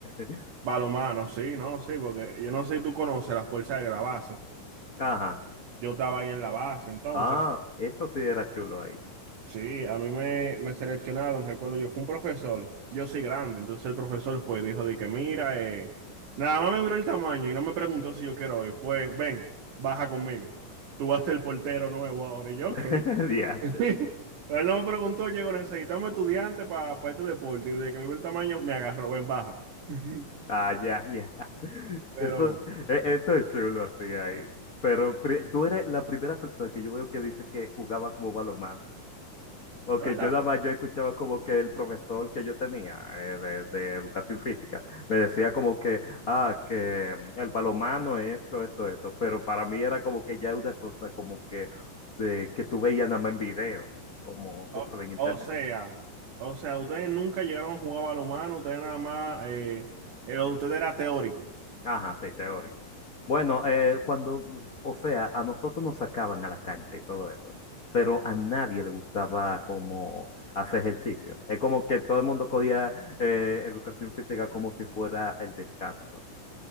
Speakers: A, on the left; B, on the right.
A: <laughs>
B: Balomano, sí, no, sí, porque yo no sé si tú conoces la Fuerza Aérea, la base.
A: Ajá.
B: Yo estaba ahí en la base, entonces,
A: Ah, eso sí era chulo ahí.
B: sí, a mí me, me seleccionaron, recuerdo yo, fue un profesor, yo soy grande, entonces el profesor fue y dijo de que mira, eh, nada más me miró el tamaño y no me preguntó si yo quiero ir, fue, ven, baja conmigo, tú vas a ser el portero nuevo ahora, y yo,
A: <laughs>
B: ok.
A: DH.
B: <laughs> él no me preguntó, llegó, necesitamos estudiantes para este deporte, y desde que me vio el tamaño, me agarró, ven, baja. <laughs>
A: Ah, ya, ya. <laughs>
B: Pero,
A: Eso, e- eso es chulo así ahí. Pero pri- tú eres la primera persona que yo veo que dice que jugaba como balonmano. Porque
B: es verdad.
A: yo nada más yo escuchaba como que el profesor que yo tenía eh, de, de educación física me decía como que, ah, que mm, el balonmano es esto, esto, esto. Pero para mí era como que ya una cosa como que, de, que tú veías nada más en video, como tú
B: O,
A: sabes, en internet.
B: o sea, o sea, ustedes nunca llegaron a jugar balonmano, ustedes nada más, eh, eh, lo de ustedes era teórico.
A: Ajá, sí, teórico. Bueno, eh, cuando, o sea, a nosotros nos sacaban a la cancha y todo eso, pero a nadie le gustaba como hacer ejercicio. Es como que todo el mundo cogía eh, educación física como si fuera el descanso.